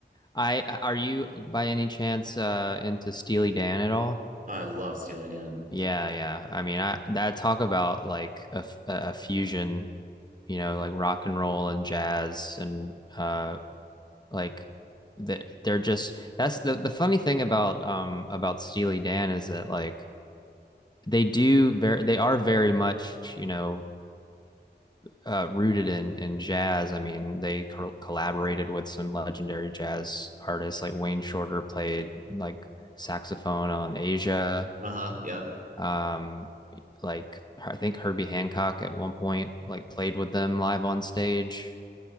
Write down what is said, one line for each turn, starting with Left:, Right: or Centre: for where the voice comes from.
Left: I are you by any chance uh into Steely Dan at all?
Right: I love Steely Dan.
Left: Yeah, yeah. I mean, I that talk about like a f- a a fusion you know, like rock and roll and jazz and uh like they they're just that's the, the funny thing about um about Steely Dan is that like they do very they are very much, you know, uh, rooted in in jazz. I mean, they co- collaborated with some legendary jazz artists like Wayne Shorter played like saxophone on Asia.
Right: Uh-huh. Yep.
Left: Um, like I think Herbie Hancock at one point like played with them live on stage.